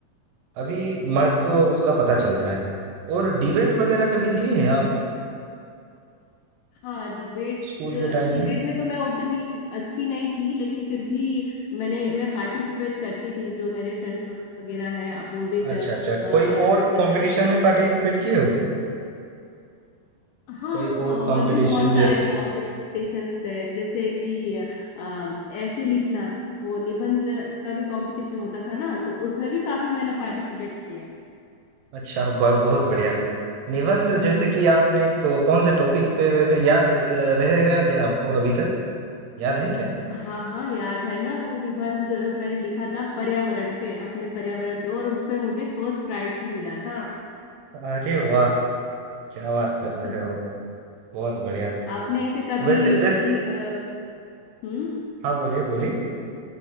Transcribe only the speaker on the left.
हाँ डिबेट
डिबेट
में तो मैं उतनी अच्छी नहीं थी लेकिन फिर भी मैंने मैं पार्टिसिपेट करती थी जो मेरे फ्रेंड्स वगैरह हैं अपोजिट
मतलब
हाँ
और भी बहुत सारे
कॉम्पिटिशन्स थे जैसे कि अ, ऐसे लिखना वो निबंध का भी कंपटीशन होता था ना तो उसमें भी काफी मैंने पार्टिसिपेट किया
हाँ हाँ याद है ना वो निबंध मैंने लिखा था पर्यावरण पे अपने पर्यावरण पे और उसपे मुझे फर्स्ट प्राइज भी मिला था
<laughs>
आपने ऐसे कभी
किसी
अ, हम्म